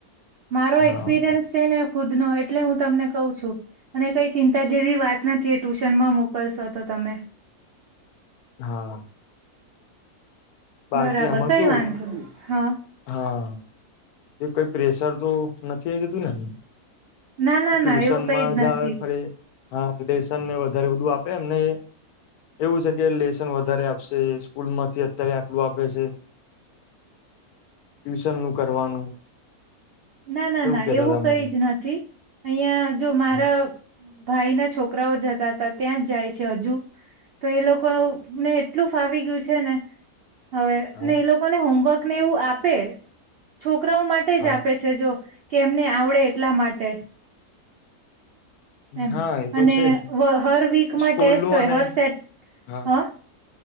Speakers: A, on the right; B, on the left.
A: મારો
B: હા
A: એક્સપિરિયન્સ છે ને ખુદનો એ એટલે હું તમને કહું છું અને કઈ ચિંતા જેવી વાત નથી એ ટ્યુશનમાં મોકલશો તો તમે.
B: હા. બાકી
A: બરાબર
B: આમાં
A: કઈ
B: કેવું
A: વાંધો હા
B: હા એ કઈ પ્રેશર તો નથી આઈ જતું ને.
A: ના ના
B: ટ્યુશન
A: ના એવું કઈ
B: માં
A: જ નથી
B: જાવ ફરી હા લેસન ને વધારે બધું આપે એમને એવું છે કે લેસન વધારે આપશે સ્કૂલ માંથી અત્યારે આટલું આપે છે. ટ્યુશન નું કરવાનું.
A: ના ના ના
B: કેતા
A: એવું
B: હતા
A: કઈ
B: મને
A: જ નથી અહીંય જો મારા
B: હા
A: ભાઈ ના છોકરાઓ જતા હતા ત્યાં જ જાય છે હજુ તો એ લોકોને એટલું ફાવી ગયું છે ને હવે
B: હા
A: ને એ લોકોને હોમવર્કને એવું આપે છોકરાઓ માટે
B: હા
A: જ આપે છે જો કે એમને આવડે એટલા માટે એમ
B: હા એ તો
A: અને
B: છે
A: વ- હર વીકમાં
B: સ્કૂલ
A: ટેસ્ટ
B: નું
A: હોય
B: અને
A: હર સેટ
B: હા
A: હ